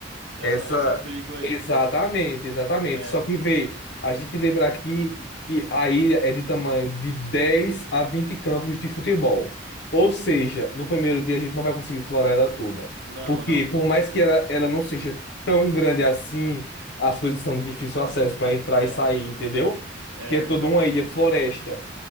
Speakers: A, on the right (about 75°); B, on the left (about 65°).
A: essa
B: Essa.
A: esse abrigo aí.
B: Exatamente, exatamente.
A: É,
B: Só que vê,
A: e
B: a gente lembra aqui que a ilha é de tamanho de 10 a 20 campos de futebol.
A: sim.
B: Ou seja, no primeiro dia a gente não vai conseguir explorar ela toda.
A: Não,
B: Porque,
A: não.
B: por mais que ela, ela não seja tão grande assim, as coisas são de difícil acesso para entrar
A: É.
B: e sair, entendeu?
A: É,
B: Que é toda
A: então,
B: uma ilha floresta.